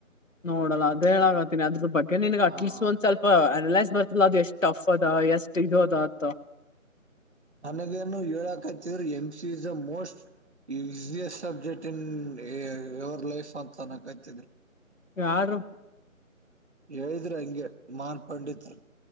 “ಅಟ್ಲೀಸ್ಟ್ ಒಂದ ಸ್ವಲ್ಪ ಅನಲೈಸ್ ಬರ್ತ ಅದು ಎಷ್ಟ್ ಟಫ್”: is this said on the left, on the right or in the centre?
Left